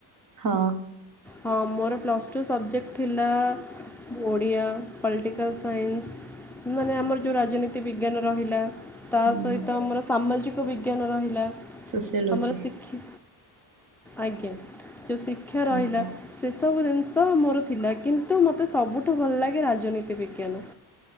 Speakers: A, on the right; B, in the centre.
A: ହଁ।
B: ହଁ ମୋର ପ୍ଲସ୍ ଟୁ ସବଜେକ୍ଟ ଥିଲା ଓଡ଼ିଆ ପଲିଟିକାଲସାଇନ୍ସ ମାନେ ଆମର ଯେଉଁ ରାଜନୀତି ବିଜ୍ଞାନ ରହିଲା ତା
A: ହୁଁ
B: ସହିତ ଆମର ସାମାଜିକ ବିଜ୍ଞାନ ରହିଲା।
A: ସୋସିଓଲୋଜି
B: ଆମର ସିିଖି ଆଜ୍ଞା। ଯେଉ ଶିକ୍ଷା ରହିଲା।
A: ଆଜ୍ଞା
B: ସେ ସବୁ ଜିନିଷ ମୋର ଥିଲା କିନ୍ତୁ ମୋତେ ସବୁଠୁ ଭଲ ଲାଗେ ରାଜନୀତି ବିଜ୍ଞାନ।